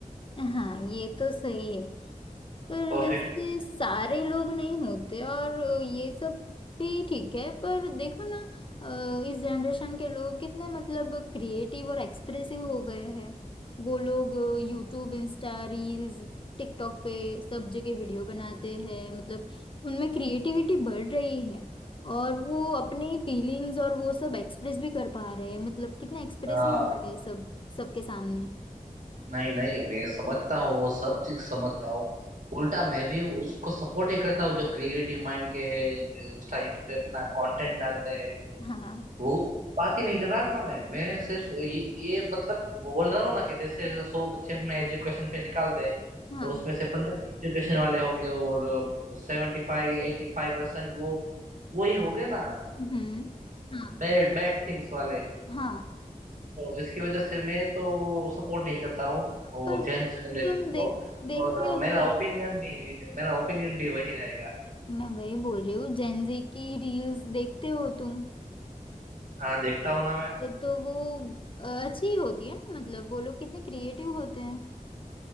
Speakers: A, on the left; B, on the right.
A: हाँ ये तो सही है पर
B: तो
A: वैसे
B: फिर
A: सारे लोग नहीं होते और ये सब भी ठीक है पर देखो ना अ, इस जनरेशन के लोग कितने मतलब क्रिएटिव और एक्सप्रेसिव हो गए हैं वो लोग यूट्यूब इंस्टा रील्स टिकटॉक पे सब जगह वीडियो बनाते हैं मतलब उनमें क्रिएटिविटी बढ़ रही है और वो अपनी फीलिंग्स और वो सब एक्सप्रेस भी कर पा रहे हैं मतलब कितने एक्सप्रेसिव
B: हाँ
A: हो गए सब सबके सामने
B: नहीं नहीं मैं समझता हूँ वो सब चीज समझता हूँ उल्टा मैं भी उसको सपोर्ट ही करता हूँ जो क्रिएटिव माइंड के है इंस्टा यूट्यूब पे अपना कंटेंट डालते हैं
A: हाँ
B: वो बात ही नहीं कर रहा ना मैं मैं सिर्फ ये, ये मतलब बोल रहा हूँ ना कि जैसे सौ बच्चे हमने एजुकेशन पे निकाल दे
A: हाँ
B: तो उसमें से पंद्रह एजुकेशन वाले हो गए और सेवेंटी फाइव या एटी फाइव परसेंट वो वो ही हो गए ना
A: हम्म हाँ
B: बैड बैड थिंग्स वाले
A: हाँ
B: तो इसकी वजह से मैं तो सपोर्ट नहीं करता हूँ और
A: पर
B: जेन जनरेशन
A: तुम देख
B: को
A: देखते
B: और अ,
A: हो
B: मेरा ओपिनियन भी है मेरा ओपिनियन भी वही रहेगा
A: मैं वही बोल रही हूँ जेनजी की रील्स देखते हो तुम
B: हाँ देखता हूँ ना मैं
A: तो, तो वो अ, अच्छी ही होती है ना मतलब वो लोग कितने क्रिएटिव होते हैं